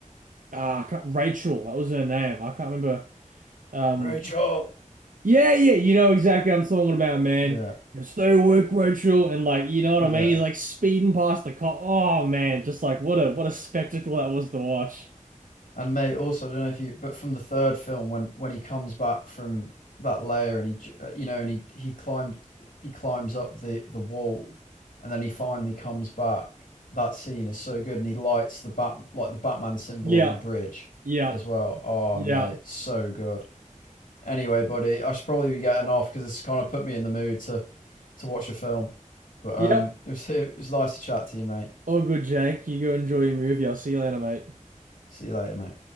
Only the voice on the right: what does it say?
ah Rachel, that was her name. I can't remember um
yeah, yeah, you know exactly what I'm talking about, man.
You know, stay awake, Rachel, and like, you know what
I mean? He's like speeding past the car. Oh man, just like what a what a spectacle that was to watch.
Yeah,
yeah,
yeah,
yep.
All good, Jake. You go enjoy your movie. I'll see you later, mate.